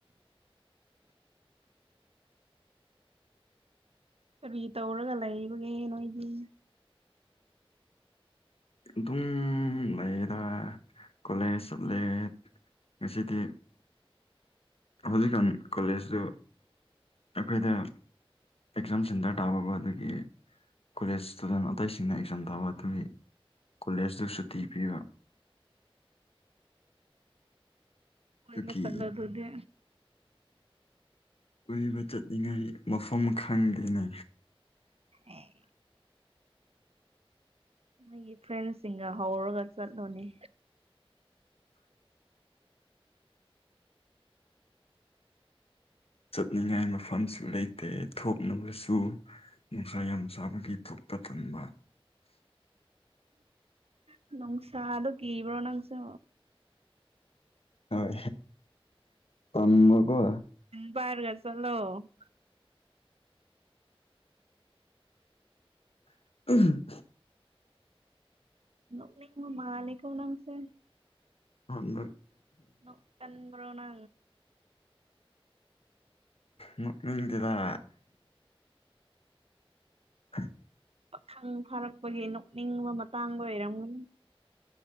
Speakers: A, on the right; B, on the left.
A: ꯀꯔꯤ ꯇꯧꯔꯒ ꯂꯩꯕꯒꯦ ꯅꯣꯏꯗꯤ
B: ꯑꯗꯨꯝ ꯂꯩꯔ ꯀꯂꯦꯖ ꯁꯂꯦꯖ ꯉꯁꯤꯗꯤ ꯍꯧꯖꯤꯛꯀꯥꯟ ꯀꯣꯂꯦꯖꯇ ꯑꯩꯈꯣꯏꯗ ꯑꯦꯛꯖꯥꯝ ꯁꯦꯟꯇꯔ ꯇꯥꯕꯕꯨ ꯑꯗꯨꯒꯤ ꯀꯣꯂꯦꯖ ꯏꯁꯇꯨꯗꯦꯟ ꯑꯇꯩꯁꯤꯡꯅ ꯑꯦꯛꯖꯥꯝ ꯊꯥꯕ ꯑꯗꯨꯒꯤ ꯀꯣꯂꯦꯖꯇꯁꯨ ꯊꯤ ꯄꯤꯕ
A: ꯀꯣꯏꯃꯂ
B: ꯑꯗꯨꯒꯤ
A: ꯑꯗꯨꯗꯤ
B: ꯀꯏꯕ ꯆꯠꯂꯤꯉꯥꯏ ꯃꯐꯝ ꯈꯪꯗꯦꯅꯦ
A: ꯑꯣ ꯅꯣꯏꯒꯤ ꯐ꯭ꯔꯦꯟꯁꯤꯡꯒ ꯍꯧꯔꯒ ꯆꯠꯂꯣꯅꯦ
B: ꯆꯠꯅꯤꯡꯉꯥꯏ ꯃꯐꯝꯁꯨ ꯂꯩꯇꯦ ꯊꯣꯛꯅꯕꯁꯨ ꯅꯨꯡꯁꯥ ꯌꯥꯝ ꯆꯥꯕꯒꯤ ꯊꯇ ꯊꯟꯕ
A: ꯅꯅꯨꯡꯣꯡꯁ ꯑ ꯑꯗꯨ ꯀ ꯏꯕ꯭ꯔꯣ ꯅꯪꯁ
B: ꯍꯣꯏ ꯇꯝꯕ ꯀꯣ
A: ꯔꯒ ꯆꯂꯣ
B: ꯎꯝ
A: ꯅꯃ ꯃꯥ ꯂꯩ ꯀꯣꯅꯥꯝꯁꯦ
B: ꯑꯗ
A: ꯅ ꯀꯟ꯭ꯔꯣꯅ
B: ꯃ ꯏꯗꯗ <inaudible>
A: ꯄꯥꯈꯪ ꯐꯥꯔꯛꯄꯒꯤ ꯅꯣꯛꯅꯤꯡꯕ ꯃꯇꯥꯡꯗ ꯑꯣꯏꯔꯝꯒꯅꯤ